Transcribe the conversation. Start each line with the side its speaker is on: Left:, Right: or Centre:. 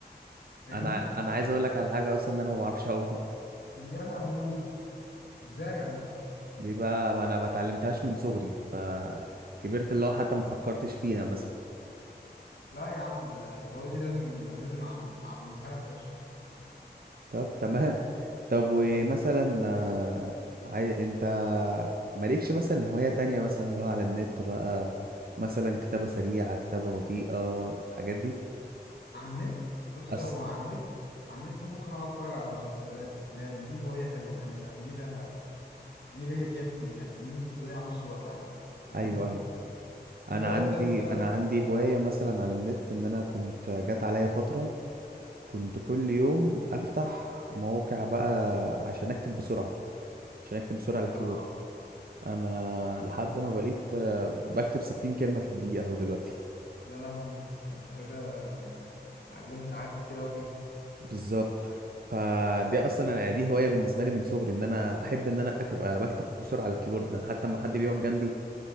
Left: تفهمني
Right: انا انا عايز اقول لك على حاجة اصلا ان انا ما بعرفش اعوم
Left: يا لهوي ازاي يا عم
Right: دي بقى ما انا ما اتعلمتهاش من صغري فكبرت اللي هو حتى ما فكرتش فيها مثلا
Left: لا يا عم ال- الهوايه دي لازم لازم نعل- نعلمها لك يا باشا
Right: طب تمام طب ومثلا آه، عاي... انت مالكش مثلا هواية تانية مثلا اللي هو على النت بقى مثلا كتابة سريعة كتابة بطيئة الحاجات دي
Left: على النت بص
Right: أس...
Left: هو على النت على النت ممكن اقعد اتفرج على مسلسلات افلام دي هوايه حلوه يعني بقى دي بقى دي ليا فيها كتير يعني دي ممكن تضيع نص الوقت عندي تفهمني
Right: ايوه ايوه
Left: انت
Right: انا
Left: انت
Right: عندي
Left: انت
Right: انا عندي هواية مثلا على النت ان انا كنت جات عليا فترة كنت كل يوم افتح مواقع بقى عشان اكتب بسرعة عشان اكتب بسرعة على
Left: اه
Right: الكيبورد انا لحد ما بقيت آه، بكتب 60 كلمه في الدقيقه اهو دلوقتي
Left: يا لهوي ده انت كده اتعلمت قعدت كتير قوي فيها
Right: بالظبط فدي اصلا انا دي هوايه بالنسبه لي من صغري ان انا احب ان انا ابقى بكتب بسرعه على الكيبورد ده حتى لما حد بيقعد جنبي